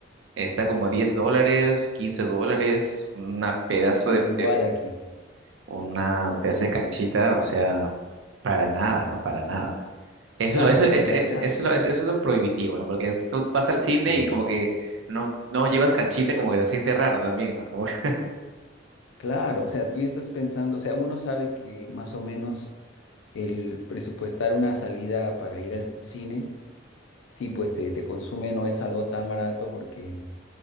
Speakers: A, on the right; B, on the left.
A: Está como 10 dólares, 15 dólares, una pedazo de,
B: Igual
A: de-
B: aquí.
A: una pedazo de canchita, o sea, para nada, ¿no? Para nada. Eso
B: Claro,
A: es lo, eso,
B: porque
A: es,
B: en realidad,
A: es- eso, es lo, eso es lo prohibitivo, ¿no? Porque tú vas al cine
B: sí,
A: y como que no, no llevas canchita, como que se siente raro también, ¿no? Como... que- <laughs>
B: claro, o sea, tú estás pensando, o sea, uno sabe que más o menos el presupuestar una salida para ir al cine Sí, pues te, te consume, no es algo tan barato porque,